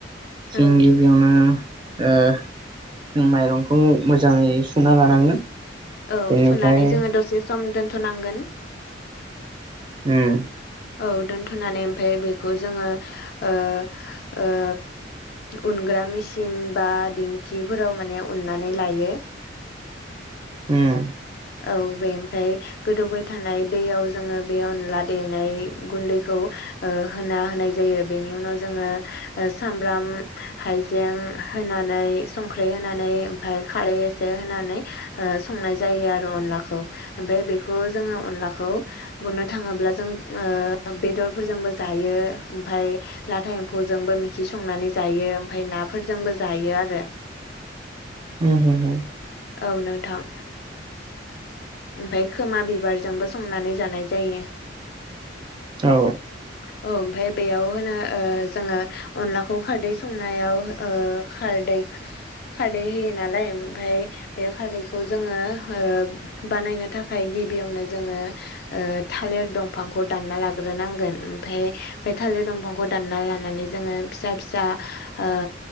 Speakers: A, on the left; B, on the right.
A: औ
B: जों गिबियावनो ओ जों माइरंखौ मोजाङै सुना लानांगोन
A: औ
B: बेनिफ्राय
A: सुनानै जोङो दसे सम दोनथ'नांगोन
B: उम
A: औ दोनथ'नानै ओमफाय बेखौ जोङो ओ-ओ उनग्रा मिसिन बा दिंखिफोराव माने उननानै लायो
B: उम
A: औ बे ओमफाय गोदौबाय थानाय दैयाव जोङो बे अनला देनाय गुन्दैखौ ओ होना होनाय जायो बेनि उनाव जोङो सामब्राम हाइ जें होनानै संख्रि होनानै ओमफ्राय खारै एसे होनानै संनाय जायो आरो आरो अनलाखौ ओमफ्राय बेखौ जोङो अनलाखौ बुंनो थाङोब्ला जों ओ बेदरफोरजोंबो जायो ओमफाय लाथा एम्फौजोंबो मिखि संनानै जायो ओमफाय नाफोरजोंबो जायो आरो
B: हुम-हुम-हुम
A: औ नोंथां ओमफाय खोमा बिबारजोंबो संनानै जानाय जायो।
B: औ
A: औ ओमफाय बेयाव होनो ओ जोङो अनलाखौ खारदै संनायाव ओ खारदै खारदै होयो नालाय ओमफाय बे खारदैखौ जोङो ओ बानायनो थाखाय गिबियावनो जोङो ओ थालिर दंफांखौ दानना लाग्रोनांगोन ओमफाय बे थालिर दंफांखौ दानना लानानै जोङो फिसा फिसा ओ